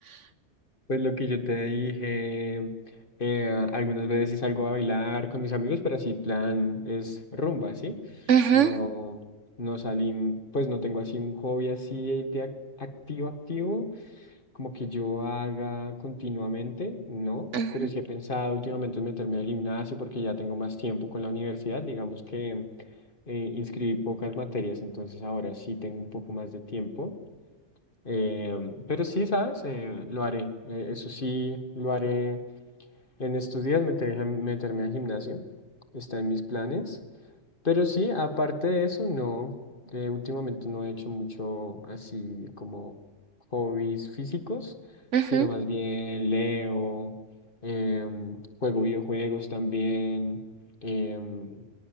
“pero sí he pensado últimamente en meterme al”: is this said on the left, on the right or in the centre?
Left